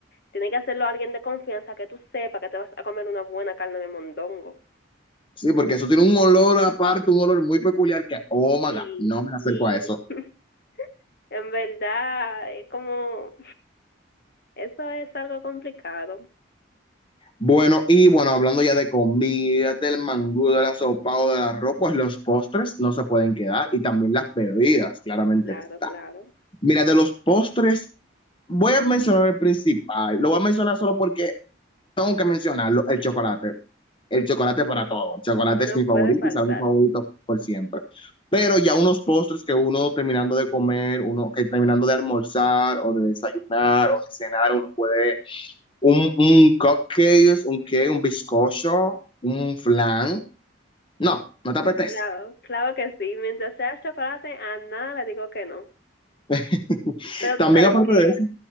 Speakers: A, on the left; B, on the left.
A: Tiene que hacerlo alguien de confianza que tú sepas que te vas a comer una buena carne de mondongo.
B: Sí, porque eso tiene un olor aparte, un olor muy peculiar que, oh my
A: Sí,
B: God, no me acerco
A: y
B: a eso.
A: <laughs> en verdad es como, eso es algo complicado,
B: Bueno, y bueno, hablando ya de comida, del mangú, del asopado, del arroz, pues los postres no se pueden quedar y también las bebidas, claramente.
A: claro, claro,
B: Mira, de los postres, voy a mencionar el principal. Lo voy a mencionar solo porque tengo que mencionarlo, el chocolate. El chocolate para todo. El chocolate
A: no
B: es mi
A: puede
B: favorito
A: faltar.
B: y será mi favorito por siempre. Pero ya unos postres que uno terminando de comer, uno que terminando de almorzar o de desayunar o de cenar, uno puede un, un cupcake, un qué, un bizcocho, un flan. No, no te apetece.
A: Claro, claro que sí. Mientras sea chocolate, a nada le digo que no.
B: <laughs>
A: Pero
B: También
A: tú sabes
B: aparte
A: que,
B: de eso,